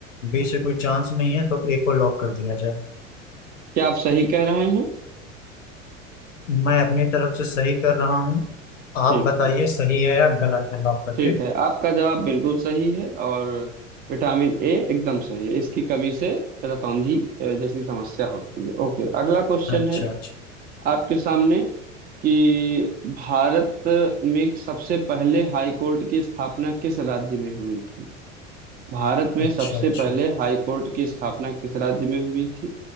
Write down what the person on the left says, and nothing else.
बी से कोई चांस नहीं है तो ए को लॉक कर दिया जाए
मैं अपनी तरफ से सही कर रहा हूँ
आप बताइए
सही है या गलत है लॉक करके
अच्छा
अच्छा
अच्छा
अच्छा